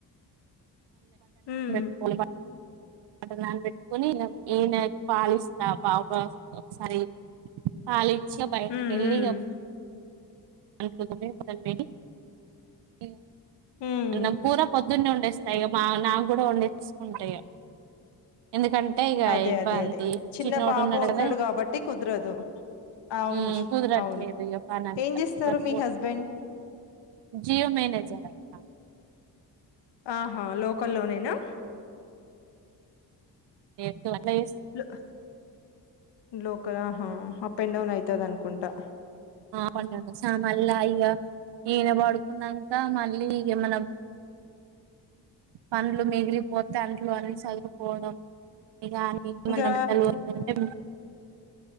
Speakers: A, on the left; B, on the right.
A: ఉమ్
B: <unintelligible> వంటకు నాన్న పెట్టుకొని ఈయాన పాలి ఇస్తా పాపకు ఒకసారి పాలు ఈ చ్చి బయటికి
A: ఉమ్
B: వెళ్ళి
A: ఉమ్
B: <unintelligible>
A: ఉమ్
B: అన్నం కూర పో పద్ధున్నే వండేస్తా ఇగ మా నాకు కూడా వండేసుకుంటాయి ఎందుకంటే ఇక
A: అదే
B: ఇబ్బంది
A: అదే అదే చిన్న
B: చిన్నోడు
A: బాబు
B: ఉన్నాడు
A: ఉంటాడు
B: కదా
A: కాబట్టి కుదరదు అవును
B: ఉమ్ కుదిరట్లేదు
A: అవును
B: ఇగ పని అంతా
A: ఏం చేస్తారు
B: సరిపో
A: మీ హస్బెండ్
B: జి <unintelligible> మేనేజర్ అక్క
A: ఆహా లోకల్లోనేనా
B: <inaudible>
A: లో లోకల్ ఆహా అప్ అండ్ డౌన్ అయితది అనుకుంటా
B: <unintelligible> మళ్ళీ ఇక ఈయన పడుకున్నాక మళ్ళీ ఇగ మన పండ్లు మిగిలిపోతే అంట్లో అన్ని సదువుపోవడం గాని
A: ఇంకా
B: మన బిడ్డలు <unintelligible> అంటే